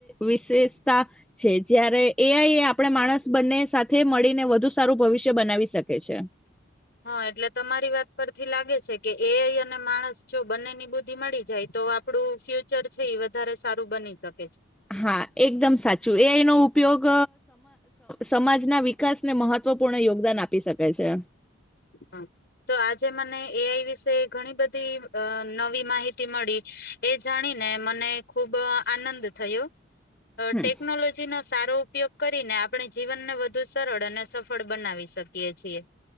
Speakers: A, in the centre; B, on the left.
A: વિશેષતા છે જ્યારે એઆઈએ આપણે માણસ બંને સાથે મળીને વધુ સારું ભવિષ્ય બનાવી શકે છે.
B: હા એટલે તમારી વાત પરથી લાગે છે કે એ અને માણસ જો બંને ની બુદ્ધિ મળી જાય તો આપડું ફ્યુચર છે એ વધારે સારું બની શ
A: હા એકદમ સાચું એ એનો ઉપયોગ સમાજના વિકાસ ને મહત્વપૂર્ણ યોગદાન આપી શકે છે.
B: હ તો આજે મને એઆઈ વિશે ઘણી બધી નવી માહિતી મળી એ જાણીને મને ખુબ આનંદ થયો. અ
A: હમ
B: ટેકનોલોજી નો સારો ઉપયોગ કરીને આપણે જીવનને વધુ સરળ અને સફળ બનાવી શકીએ છીએ.